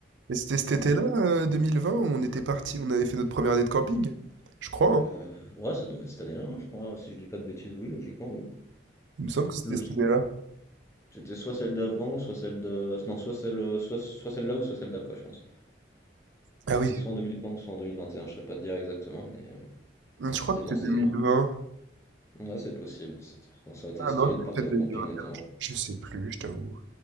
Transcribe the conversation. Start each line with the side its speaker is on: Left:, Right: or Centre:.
Right: Mais c'était cet
Left: compliqué.
Right: été-là, euh, 2020, où on était parti, on avait fait notre première année de camping? Je crois, hein.
Left: Euh, ouais, ça devait être cette année-là, hein, je crois, si je dis pas de bêtises, oui, logiquement, oui.
Right: Il me semble que c'était
Left: Logique.
Right: cette année-là.
Left: C'était soit celle d'avant, ou soit celle de. Non, soit celle, euh, soit, soit celle-là ou soit celle d'après, je pense.
Right: Ah
Left: C'était
Right: oui,
Left: soit en 2020 soit en 2021, je saurais pas te dire exactement, mais euh,
Right: Hum, je
Left: c'était
Right: crois que c'était
Left: dans ces.
Right: 2020.
Left: Ouais, c'est possible. c'était- Ça aurait été
Right: Ah
Left: stylé
Right: non, c'était
Left: de partir
Right: peut-être
Left: au
Right: 2021.
Left: camping en étant
Right: Je je sais plus, je t'avoue.